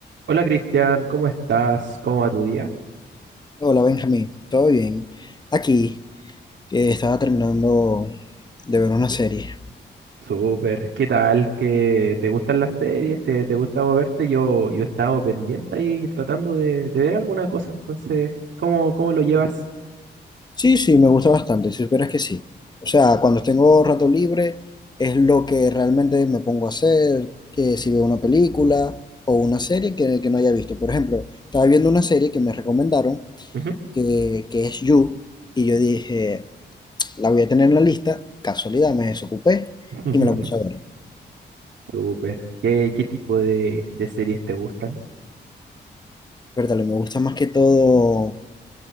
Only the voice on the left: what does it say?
Hola Benjamín, ¿todo bien? Aquí eh, estaba terminando de ver una serie.
Sí, sí, me gusta bastante, si supieras que sí. O sea, cuando tengo rato libre es lo que realmente me pongo a hacer, que si veo una película o una serie que, que no haya visto. Por ejemplo, estaba viendo una serie que me recomendaron,
que, que es You, y yo dije, la voy a tener en la lista, casualidad, me desocupé
y me la puse a ver.
Pero me gusta más que todo